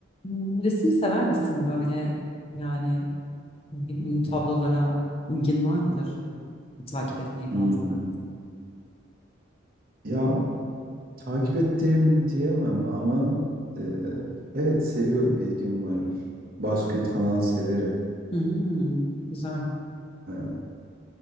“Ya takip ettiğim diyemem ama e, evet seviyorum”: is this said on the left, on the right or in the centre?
Right